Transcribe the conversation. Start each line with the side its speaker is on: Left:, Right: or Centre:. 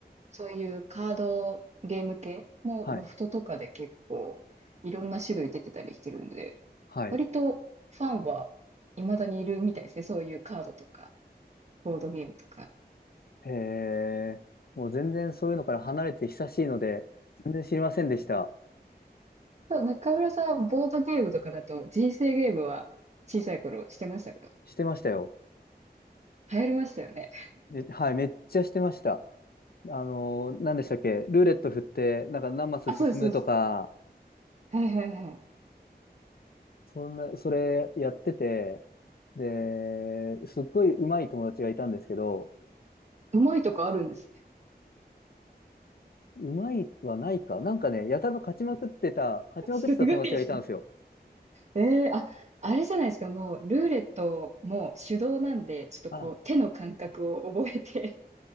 Right: そういうカードゲーム系もロフトとかで結構いろんな種類出てたりしてるんで、
Left: はい、はい。
Right: 割とファンは未だにいるみたいですね。そういうカードとか、ボードゲームとか。
Left: へえ、もう全然そういうのから離れて久しいので、全然知りませんでした。
Right: ただ中村さんはボードゲームとかだと人生ゲームは小さい頃してましたか
Left: してましたよ。
Right: 流行りましたよね。
Left: めはい、めっちゃしてました。あのー、何でしたっけルーレット振って、なんか何マス進むとか、
Right: あ、そうです、そうです。はいはいはい。
Left: そんな、それやってて、で、すっごい上手い友達がいたんですけど、
Right: うまいとかあるんですね。
Left: 上手いはないか。なんかね、やたらと勝ちまくってた、勝ちまくってた友達がいたんですよ。
Right: <laughs> すごいですね。ええあ、あれじゃないですか、もうルーレットも手動なんで、ちょっとこう手の感覚を覚えて、
Left: あ、